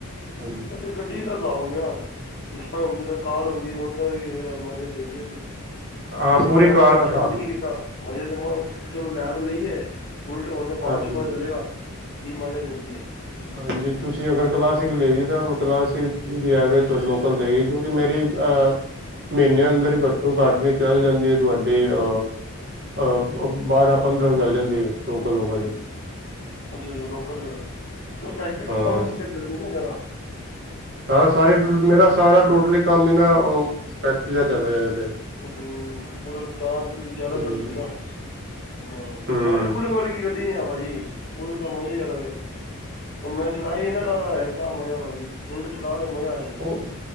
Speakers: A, on the right (about 50°); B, on the left (about 45°).
A: ਹਾਂਜੀ
B: ਤੇ ਗੱਡੀ ਲਗਾੳਗੇ ਆਪ। ਹਾਂਜੀ ਕਾਰ ਹੁੰਦੀ ਹੈ ਓਦਾ ਵੀ ਮਾਈਲੇਜ ਦੇਣੀ
A: ਹਾਂ
B: ਮਤਲਬ
A: ਪੂਰੀ
B: ਕਿ ਮੈਂ
A: ਕਾਰ
B: ਤੇ
A: ਦਾ
B: ਚੈੱਕ
A: ਹਿਸਾਬ
B: ਵੀ ਨਹੀਂ
A: ਵਿੱਚ।
B: ਕੀਤਾ। ਹਜੇ ਤੇ ਮੈਂ ਚਲੋ ਲੈ ਤੇ ਲਈਏ ਬੁਲਟ ਹੋਣ ਤੇ ਬਾਅਦ
A: ਹਾਂਜੀ
B: ਚੋਂ ਪਤਾ
A: ਹਾਂਜੀ
B: ਚੱਲੇਗਾ। ਕੀ ਮਾਇਨੇ ਦੇਂਦੀ ਹੈ।
A: ਹਾਂਜੀ, ਤੁਸੀਂ ਅਗਰ ਕਲਾਸਿਕ ਲਈਏ ਤਾਂ ਕਲਾਸਿਕ ਦੀ ਐਵਰੇਜ ਤੁਹਾਨੂੰ ਲੋਕਲ ਦੇਵੇਗੀ। ਜੋ ਕਿ ਮੇਰੀ ਅ ਮਹੀਨੇ ਅੰਦਰ ਹੀ ਘੱਟੋ ਘੱਟ ਨ ਚਲ ਜਾਂਦੀ ਹੈ ਤੁਹਾਡੀ ਅਹ। ਅਹ ਬਾਰਾਂ ਪੰਦਰਾਂ ਚੱਲ ਜਾਂਦੀ ਲੋਕਲ ਲੋਕਾਂ ਲਈ
B: ਅੱਛਾ, ਅੱਛਾ ਲੋਕਲ ਚਲਾਉਣੀ ਬੈਟਰੀ
A: ਹਾਂ
B: ਪਾ ਕੇ ਚਲਦੀਆਂ ਜਿਆਦਾ।
A: ਹਾਂ ਸਾਰੀ ਮੇਰਾ ਸਾਰਾ ਟੋਟਲੀ ਕੰਮ ਇਹ ਨਾ ਫੈਕਟਰੀ ਦਾ ਚੱਲ ਰਿਹਾ ਜਿਆਦਾ।
B: ਹਮ ਬੁਲਟ ਤਾਂ ਤੁਸੀਂ ਜ਼ਿਆਦਾ
A: ਹੂੰ
B: ਕੱਢਦੇ ਨਾ। ਨਾ
A: ਹੂੰ
B: ਨਾ ਨਹੀਂ ਬੁਲਟ ਵਾਰਗੀ ਗੱਡੀ ਨੀ ਆ ਭਾਜੀ ਬੁਲਟ ਦਾ ਮਜਾ ਹੀ ਅਲੱਗ ਆ। ਹੁਣ ਮੈਂ ਚਲਾਈ ਨਾ ਕਲ ਕਿਆ ਮਜਾ ਭਾਜੀ। ਬੁਲਟ ਚਲਾ ਕੇ ਮਜ਼ਾ ਆ ਜਾਂਦਾ,
A: ਉਹ